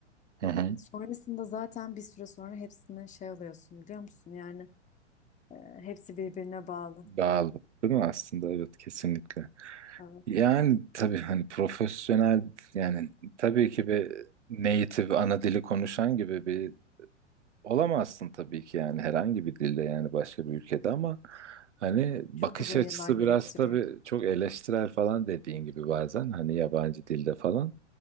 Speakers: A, on the right (about 75°); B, on the left (about 20°).
A: Hı hı.
B: Sonrasında zaten bir süre sonra hepsini şey alıyorsun biliyor musun? Yani e, hepsi birbirine bağlı.
A: Bağlı değil mi aslında evet kesinlikle.
B: Evet.
A: Yani tabii hani profesyonel yani tabii ki bir native ana dili konuşan gibi bir olamazsın tabii ki yani herhangi bir dilde yani başka bir ülkede ama hani bakış
B: Çok uzun
A: açısı
B: yıllar gerektiriyor.
A: biraz tabii çok eleştirel falan dediğin gibi bazen hani yabancı dilde falan